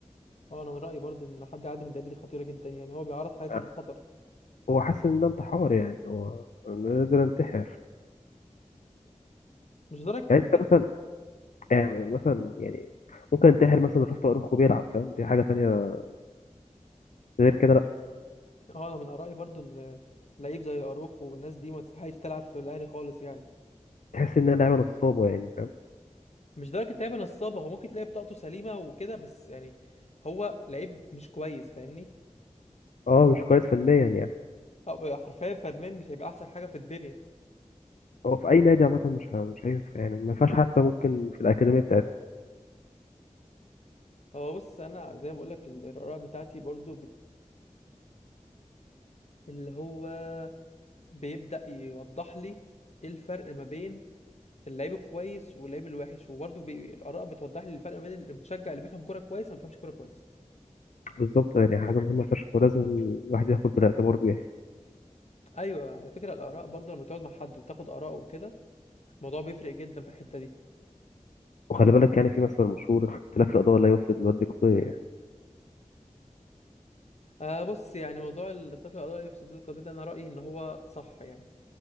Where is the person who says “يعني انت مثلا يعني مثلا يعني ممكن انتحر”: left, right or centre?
Left